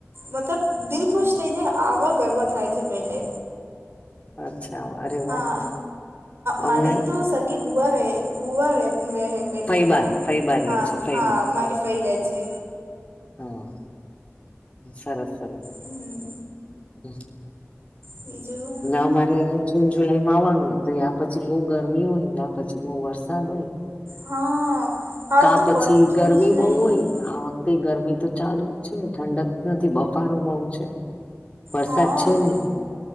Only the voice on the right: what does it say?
મતલબ, દિલ ખુશ થઈ જાય, આવા ગરબા થાય છે પહેલે.
હા,
મારી
તો સગી બુવા રહે તે રહે.. પેલે
તો,
હા,
હા, અમારી ફુઈ રહે છે.
હમ,
બીજું
હા. હાલ
તો
પડતું
જ નહીં
હા,